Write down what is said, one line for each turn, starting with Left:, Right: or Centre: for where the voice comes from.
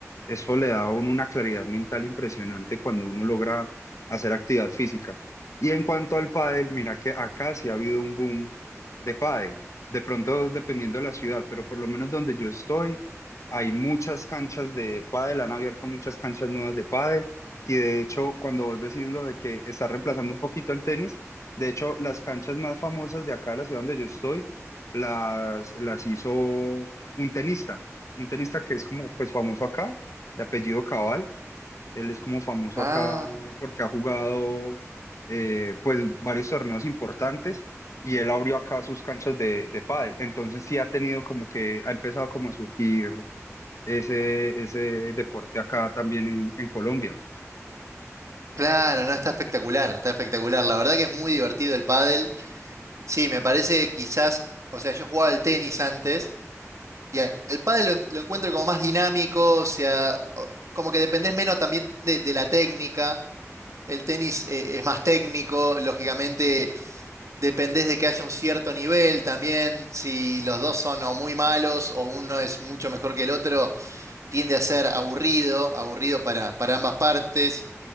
Left: Eso le da a uno una claridad mental impresionante cuando uno logra hacer actividad física. Y en cuanto al pádel, mira que acá sí ha habido un boom de pádel. De pronto, dependiendo de la ciudad, pero por lo menos donde yo estoy, hay muchas canchas de pádel, han abierto muchas canchas nuevas de pádel. Y de hecho, cuando vos decís lo de que está reemplazando un poquito el tenis, de hecho, las canchas más famosas de acá, de la ciudad donde yo estoy, las, las hizo un tenista, un tenista que es como pues famoso acá de apellido Cabal. Él es como famoso
Right: Ah,
Left: acá porque ha jugado eh, pues varios torneos importantes y él abrió acá sus canchas de, de pádel. Entonces sí ha tenido como que, ha empezado como a surgir ese, ese deporte acá también en, en Colombia.
Right: claro, no, está espectacular, está espectacular. La verdad que es muy divertido el pádel. Sí, me parece que quizás, o sea, yo jugaba al tenis antes y a- el pádel lo, en- lo encuentro como más dinámico, o sea, o- como que dependés menos también de, de la técnica. El tenis eh, es más técnico, lógicamente Dependés de que haya un cierto nivel también. Si los dos son o muy malos o uno es mucho mejor que el otro, tiende a ser aburrido, aburrido para, para ambas partes.